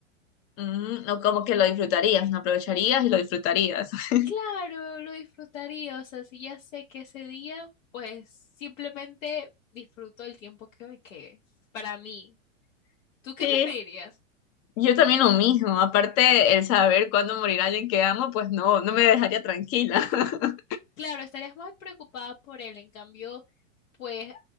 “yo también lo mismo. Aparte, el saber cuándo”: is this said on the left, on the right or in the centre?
Left